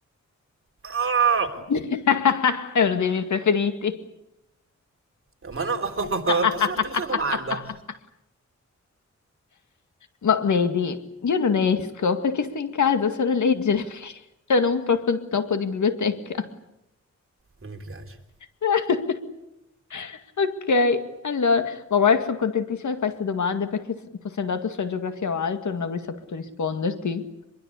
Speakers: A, on the right; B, on the left.
A: Ah!
B: <laughs> È uno dei miei preferiti.
A: No, Ma no, <laughs>
B: <laughs>
A: non posso farti questa domanda.
B: Ma vedi, io non esco perché sto in casa solo a leggere, perché sono un proprio topo di biblioteca.
A: Non mi piace.
B: <laughs> Ok, allora, ma guarda, che sono contentissima che fai queste domande perché se fossi andato sulla geografia o altro non avrei saputo risponderti.